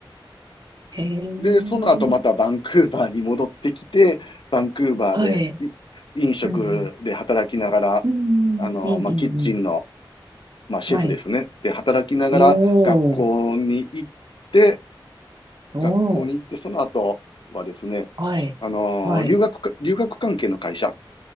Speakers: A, on the right; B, on the left.
A: ええ
B: で、その後またバンクーバーに戻ってきて、バンクーバーでい飲食で働きながら、
A: はい。うんうん。
B: あのーまあ、
A: うんうんうんうんうん。
B: キッチンのまあ、シェフですね。
A: はい。
B: で、働きながら学校に行って、
A: おー、おー、
B: 学校に行って、その後はですね、
A: はい。
B: あのー留学か、
A: はい。
B: 留学関係の会社